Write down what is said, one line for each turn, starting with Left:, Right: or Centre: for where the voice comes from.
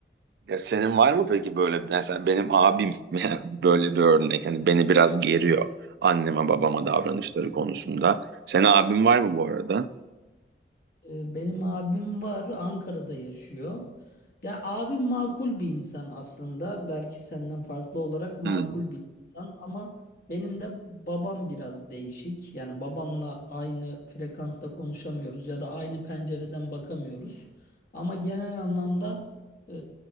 Right: Ya senin var mı peki böyle mesela benim abim <laughs> böyle bir örnek. Hani beni biraz geriyor anneme babama davranışları konusunda. Senin abin var mı bu arada?
Left: E, Benim abim var, Ankara'da yaşıyor. Ya abim makul bir insan aslında. Belki senden farklı olarak makul
Right: Hmm.
Left: bir insan ama benim de babam biraz değişik. Yani babamla aynı frekansta konuşamıyoruz ya da aynı pencereden bakamıyoruz. Ama genel anlamda e,